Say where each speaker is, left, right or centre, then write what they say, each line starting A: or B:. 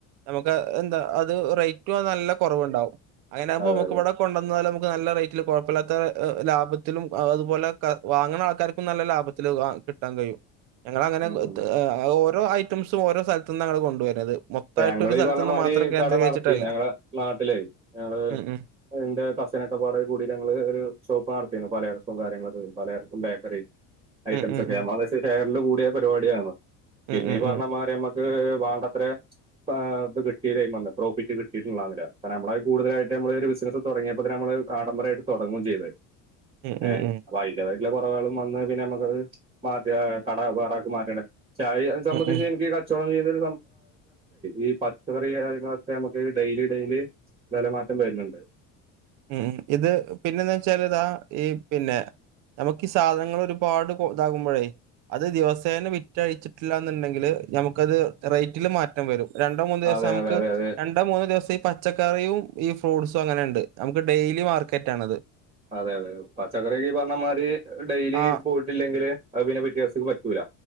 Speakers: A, on the right (about 60°); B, on the right (about 15°).
A: നമുക്ക് എന്താ അത് റേറ്റും നല്ല കുറവ്ണ്ടാവും അങ്ങനെ ആകുമ്പോ
B: അതെ
A: നമുക്ക്
B: അതെ
A: ഇവിടെ കൊണ്ടുവന്നാല ന നല്ല റേറ്റിൽ കുഴപ്പില്ലാത്ത ലാഭത്തിലും അതുപോലെ വാങ്ങണ ആൾക്കാർക്കും നല്ല ലാഭത്തില്ൽ കിട്ടാൻ കഴിയും ഞങ്ങ അങ്ങനെ
B: ഉം ഉം
A: ഓരോ ഐറ്റംസും ഓരോ സ്ഥലത്ത നി ഞങ്ങള്ൾ കൊണ്ടുവരുന്നത് മൊത്തായിട്ട്
B: ഞങ്ങള്
A: ഒരു
B: ീ
A: സ്ഥലത്തുന്ന്
B: പറഞ്ഞമാതിരി
A: മാത്രം കേന്ദ്രീകരിച്ചിട്ടല്ല.
B: കട നടത്തി ഞടെ നാട്ടില ഞങ്ങള്
A: ഉം, ഉം.
B: എന്റെ കസനൊക്കെപാടെ കൂടി ഞങ്ങള് ഒരു ഷോപ്പ് നടത്തിരുന്നു പലയട കാര്യങ്ങളൊക്കെും പലർക്കും ബേക്കറി ഐറ്റംസ്
A: ഉം, ഉം,
B: ഒക്കെയ
A: ഉം.
B: മശ ഷറിൽ കൂടിയ പരിപാടിയാണ് പിന്നെ
A: ഉം, ഉം,
B: ഈ പറഞ്ഞ
A: ഉം.
B: മാര് നമ്മക്ക് വേണ്ടത്ര ആ്ത് കിട്ട പ്രോഫിറ്റ് കിട്ടിയിട്ടുള്ള കാര നമ്മ കൂടുതലായിട്ട്മ്മ ഒരു ബിസിനസ് തുടങ്ങിയപ്പോ നമ്മ കാഡംബരായിട്ട് തുടങ്ങുകയും ചെയ്ത
A: ഉം, ഉം,
B: ഏ
A: ഉം.
B: വായിത് ല്ല കുറവളും വന്ന് പിന്നെ നമുക്ക്ത് മാറ്റ കട വേറ മാറ്റണ്ട ചായ സംബന്ധിച്ച്
A: ഉം, ഉം.
B: എനിക്ക് കച്ചവടം ചെയ്യുന്ന ഒരു ഈ പച്ചക്കറി കാര്യങ്ങളൊക്കെ നമുക്ക് ഡെയിലി ഡെയിലി വില മാറ്റം വരുന്നുണ്ട്
A: ഉം ഇത് പിന്നെന്ന് വെച്ചാൽ ഇതാ ഈ പിന്നെ നമുക്ക് ാക്കി സാധനങ്ങൾ ഒരുപാട് ഇതാകുമ്പോഴേ അത് ദിവസേന വിറ്റഴിച്ചിട്ടില്ല എന്നുണ്ടെങ്കില് നമുക്കത് റേറ്റില് മാറ്റം വരും രണ്ടോ മൂന്ന ദിവസം
B: അതെ
A: നമുക്ക്
B: അതെ അതെ അതെ
A: രണ്ടോ മൂന്നോ ദിവസം ഈ പച്ചക്കറിയും ഈ ഫ്രൂട്ട്സും അങ്ങനെ ഉണ്ട് നമുക്ക് ഡെയിലി മാർക്കറ്റ ആണത്
B: അതെ അതെ പച്ചക്കറിക്ക് പറഞ്ഞമാര് ഡെയിലി
A: ആ
B: പോയിട്ടില്ലെങ്കില് അ പിന്നെ വ്യത്യാസക്ക് പറ്റൂല